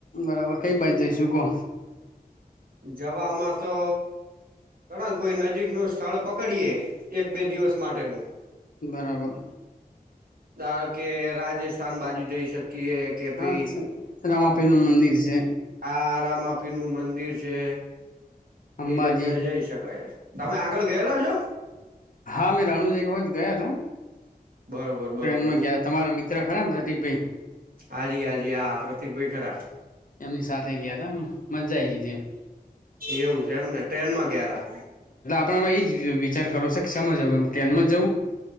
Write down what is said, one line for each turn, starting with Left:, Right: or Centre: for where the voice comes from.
Left: બરાબર કઈ બાજુ જઈશું કો?
Right: જવામાં તો ઘણા કોઈ નજીકનુ સ્થળ પકડીએ એક બે દિવસ માટેનું
Left: બરાબર.
Right: ધારોકે રાજસ્થાન બાજુ જઈ શક કીએ કે
Left: હા
Right: ભાઈ
Left: છે રામાપીર નું મંદિર છે
Right: આ રામાપીરનું મં દિર છે,
Left: અંબાજી
Right: એ જગ્યાએ જઈ શકાય તમે આગળ ગયેલા છો?
Left: હા મે રણુંજો એક વખત ગયા હતા.
Right: બરોબર બરોબર
Left: ટ્રેનમાં ગયા તમારા મિત્ર ખરાને પ્રતિક ભાઈ
Right: હજી આજી હા પ્રતિક ભાઈ ખરા
Left: એમની સાથે ગયા તા મજ્જા આઈ તી જેમ
Right: એવું છે, એમ ને ટ્રેન માં ગયા તા.
Left: આપમાં એ વિચાર કરો સેમા જવું ટ્રેનમાં જવું